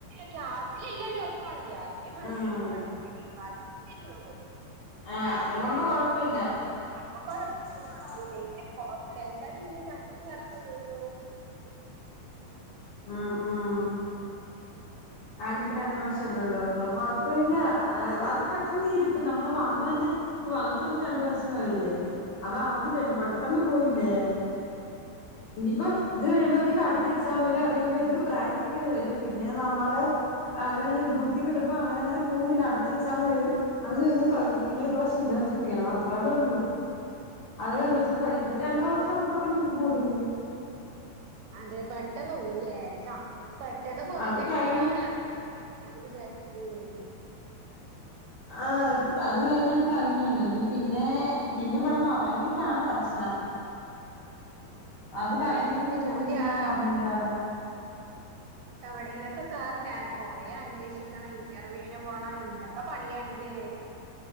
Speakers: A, on the right (about 80°); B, on the left (about 45°).
A: ക്ലാസ്സിലെ എല്ലാരും ഒപ്പാണല്ലോ അതേ മതി
B: ഉം
A: കൊഴപ്പില്ല ഡിപ്പാർ്മെന്റ് അല്ലേ ഒള്ളു <inaudible>
B: ആഹ അതുകൊണ്ട് കൊഴപ്പില്ല
A: അപ്പൊ
B: <inaudible>
A: കൊഴ ഇങ്ങനെ പോട്ടെ എന്തായാലും ഇനി രണ്ട് വർഷല്ലേ ഉള്ളൂ
B: ഉം ഉം ആ ഇനീപ്പോ രണ്ടു വർഷല്ലേ ഒള്ളൂ അപ്പൊ കൊഴപ്പമില്ല അത് പെട്ടെന്ന് തീരും ഇപ്പൊ നമ്മള് വന്ന തന്നെ ഇപ്പൊ വന്നിട്ട്ന്നെ രണ്ടു വർഷം കഴിഞ്ഞില്ലേ അതറിഞ്ഞില്ലല്ലോ പെട്ടന്ന് പോയില്ലേ
A: <inaudible>
B: ഇനിയിപ്പോ ഇത് കഴിയുമ്പോഴ്ത്തേക്കും അടുത്ത എക്സാം വരും അത് കഴിയുമ്പോഴത്തേക്കും പ്രാക്ടിക്കല് വരും പിന്നെ നമ്മള് അത് കഴിഞ് ഡ്യൂട്ടിക്കിടുമ്പോ അങ്ങനെ അങ്ങനെ പോവും പിന്നെ അടുത്ത എക്സാം എഴുതും അത് കിഴിഞ്ഞു പിന്നെ ഒരു ഇന്റേൺഷിപ് പ്പ് ചെയ്യണം അത്രല്ലേ ഒള്ളു അത് കഴിമ്പത്തേക്കും കഴിഞ്ഞു
A: അതെ
B: ഇപ്പ രണ്ടര വർഷം അത് പെട്ടെന്ന് പോവൂടി <inaudible>
A: അതെ പെട്ടെന്ന് ന്ന് പോവുലെ സാ പെട്ടെന്ന് പോയി
B: അത്
A: കഴിഞ്ഞിട്ട്
B: കഴിഞ്ഞ്
A: വേണം ജോലി ചെയ്യാൻ ഇല്ലേ
B: ആ അത് കഴിഞ്ഞപ്പ കഴിഞ്ഞല്ലോ ഇനി പിന്നെ പിന്നെ ഇവിടന്ന് എറങ്ങിട്ടാണ് പ്രശ്നം അത്
A: അതെ
B: കഴിഞ്ഞിട്ട്
A: ഇനി
B: പിന്നെ ഇതിനു
A: ജോലി
B: എന്ത് ചെയ്യണെന്ന്
A: ആ
B: അറിഞ്ഞുടടെ
A: എവിടെങ്കിലൊക്കെ കേറണ്ടെ കൊറേ അന്വേഷി ഷിക്കണം ഇന്റർവ്യൂവിന് പോണം എന്തൊക്കെ പണിയാണല്ലെ